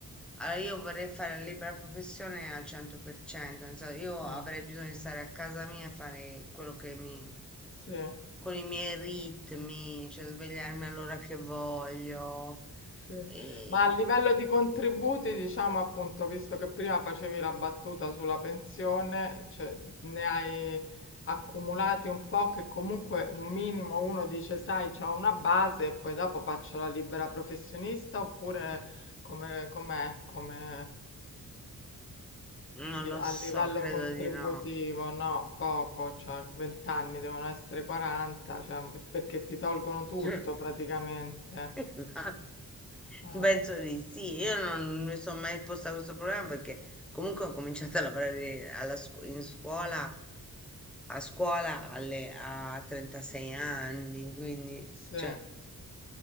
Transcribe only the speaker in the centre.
allora io vorrei fare la libera professione al 100%, nel senso, io
avrei bisogno di stare a casa mia e fare quello che mi
con i miei ritmi, cioè svegliarmi all'ora che voglio.
E
non
lo
so,
credo
di no.
<laughs>
Esatto,
Penso di sì. Io non mi sono mai posta questo problema perché comunque ho cominciato a lavorare alla scu- in scuola, a scuola alle, a 36 anni, quindi
cioè,